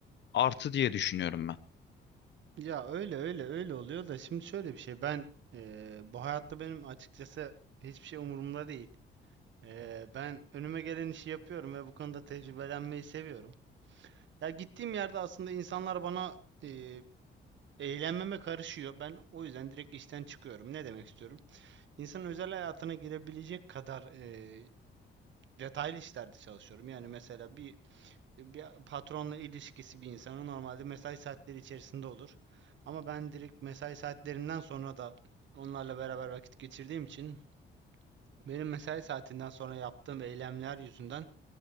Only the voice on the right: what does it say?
Ya öyle öyle öyle oluyor da şimdi şöyle bir şey ben eee, bu hayatta benim açıkçası hiçbir şey umurumda değil. Eee, ben önüme gelen işi yapıyorum ve bu konuda tecrübelenmeyi seviyorum. Ya gittiğim yerde aslında insanlar bana eee eğlenmeme karışıyor. Ben o yüzden direkt işten çıkıyorum. Ne demek istiyorum? İnsanın özel hayatına girebilecek kadar eee, detaylı işlerde çalışıyorum. Yani mesela bir bir patronla ilişkisi bir insanın normalde mesai saatleri içerisinde olur. Ama ben direkt mesai saatlerinden sonra da onlarla beraber vakit geçirdiğim için benim mesai saatinden sonra yaptığım eylemler yüzünden